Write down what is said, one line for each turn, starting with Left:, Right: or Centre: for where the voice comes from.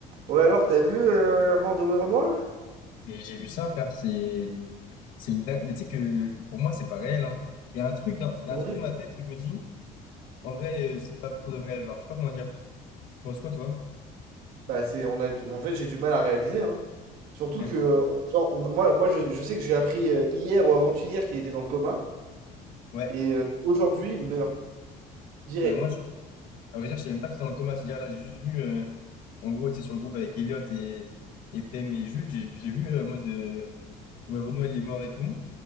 Right: Ouais, alors, t'as vu euh, la mort de Weron Noir?
Left: Mais j'ai vu ça, frère, c'est c'est une dingue. Mais tu sais que pour moi, c'est pas réel, hein. Il y a un truc dans... il y a
Right: Horrible.
Left: un truc dans ma tête où je me dis, en vrai, euh, c'est pas pour de vrai. Genre, je sais pas comment dire. Tu penses quoi, toi? <laughs>
Right: Bah, c'est, on a, du- en fait, j'ai du mal à réaliser. hein. Surtout
Left: Mhm.
Right: que, euh, genre, on- moi, moi je, je sais que j'ai appris euh, hier ou avant-hier qu'il était dans le coma.
Left: Ouais.
Right: Et euh, aujourd'hui, meurt. Direct.
Left: Bah, moi, je... à vrai dire, je savais même pas qu'il était dans le coma. C'est-à-dire, là, j'ai juste vu, euh, en gros, tu sais, sur le groupe avec Elliot et, et Pem et Jules, j'ai j'ai vu, euh, en mode, euh, ouais, Renoir il est mort et tout.